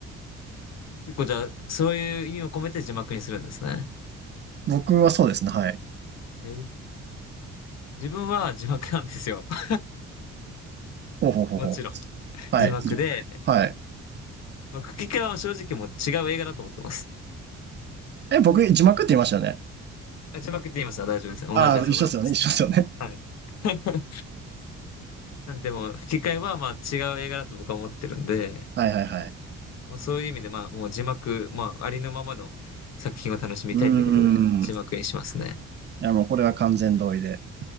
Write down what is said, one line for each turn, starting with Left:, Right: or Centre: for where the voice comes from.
Left: 結構じゃあ、そういう意味を込めて字幕にするんですね。
Right: 僕はそうですね、はい。
Left: えー自分は字幕なんですよ。<laughs>
Right: ほうほうほうほう。
Left: もちろん。
Right: はい。
Left: 字幕で、
Right: じはい。
Left: まあ、吹き替えは正直もう違う映画だと思ってます。
Right: え、僕、字幕って言いましたよね。
Left: あ、字幕って言いました大丈夫です。同じです、
Right: ああ、一緒ですよね、
Left: 同じです。
Right: 一緒ですよね。
Left: はい。<laughs> なんでも、吹き替えはまあ違う映画だと僕は思ってるんで、
Right: <laughs> はいはいはい。
Left: まあ、そういう意味でまあもう字幕、まあありのままの作品を楽しみたいってことで字幕にしますね。
Right: うーん。いや、もうこれは完全同意で。